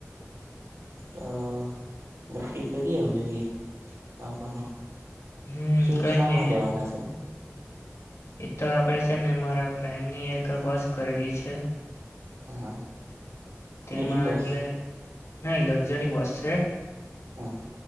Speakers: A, on the right (about 80°); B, on the left (about 65°).
A: તો નક્કી કરીએ અમે બી, આવવાનો.
B: હમ
A: શું
B: કઈ
A: શામાં
B: નહી
A: દેવાના છો?
B: એ તો આપણે છે ને મારા ફ્રેન્ડની એક બસ કરેલી છે.
A: હા.
B: તેમાં
A: મિની બસ
B: એગલે નહી લક્ઝરી બસ છે.
A: હા.